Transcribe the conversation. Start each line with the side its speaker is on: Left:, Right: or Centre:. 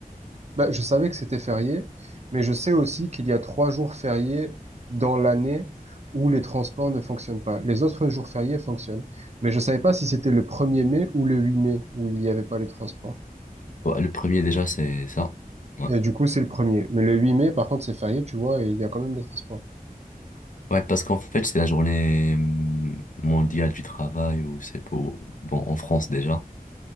Right: Bah, je savais que c'était férié, mais je sais aussi qu'il y a trois jours fériés dans l'année où les transports ne fonctionnent pas. Les autres jours fériés fonctionnent. Mais je savais pas si c'était le premier mai ou le 8 mai où il n'y avait pas les transports.
Left: Ouais, le premier déjà, c'est ça. Ouais.
Right: Et du coup, c'est le premier. Mais le 8 mai, par contre, c'est férié, tu vois, et il y a quand même les transports.
Left: Ouais, parce qu'en fait, c'est la journée hum, mondiale du travail ou c'est pour, bon, en France déjà.